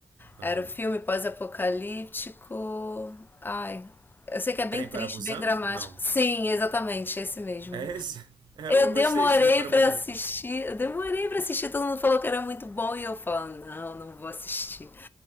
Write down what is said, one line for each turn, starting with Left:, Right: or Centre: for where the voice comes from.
Right: Aham.
Left: Era o filme pós-apocalíptico. Ai, eu sei que é bem
Right: Trem
Left: triste,
Right: para Busan?
Left: bem dramático.
Right: Não.
Left: Sim, exatamente, esse mesmo.
Right: É esse? <laughs> É, eu
Left: Eu
Right: eu gostei
Left: demorei
Right: de Trem para
Left: pra
Right: Busan.
Left: assistir, eu demorei pra assistir, todo mundo falou que era muito bom e eu falo, não, não vou assistir.